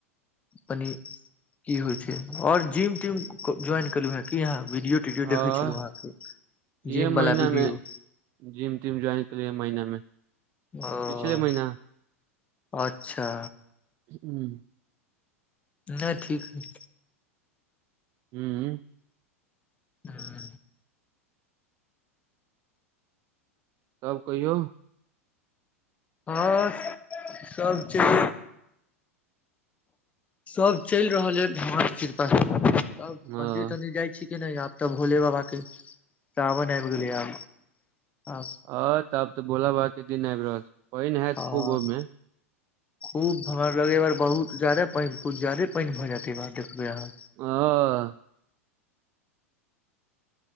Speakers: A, on the left; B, on the right.
A: पनि की होइ छै और जिम तीम ज्वाइन केलु हें की आहाँ वीडियो वीडियो
B: हँ
A: देखे छलु अहाँ के
B: इहे
A: जिम
B: महिना
A: वाला वीडियो
B: मे जिम तिम ज्वाइन केलिए महिना मे
A: ओ
B: पिछले महिना
A: अच्छा
B: हम्म
A: नै ठीक ऐ
B: हम्म
A: हम्म
B: तब कहियौ
A: अस सभ छै सब चलि रहल ऐ भगवान के कृपा से तब
B: हँ
A: मंदिर तंदिर जाय छी के ने य तब भोले बाबा के सावण आबि गेलै आब आब
B: ह तब त भोला बाबा के दिन आबि रहल छै पानि हैत
A: आब
B: खूब ओहि मे
A: खूब भर लगैय ए बार बहुत जादे कुछ ज्यादे पानि भ जायतै ए बार देखबै अहाँ
B: हँ